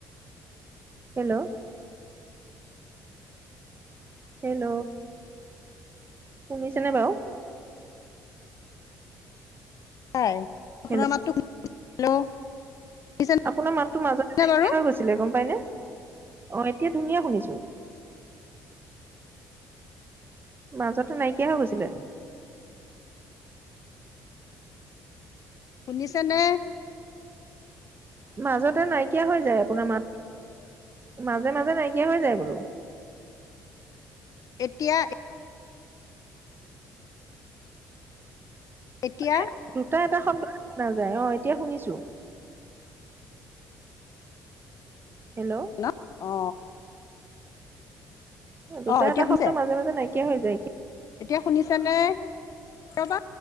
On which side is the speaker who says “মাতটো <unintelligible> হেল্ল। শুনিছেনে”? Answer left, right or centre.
Left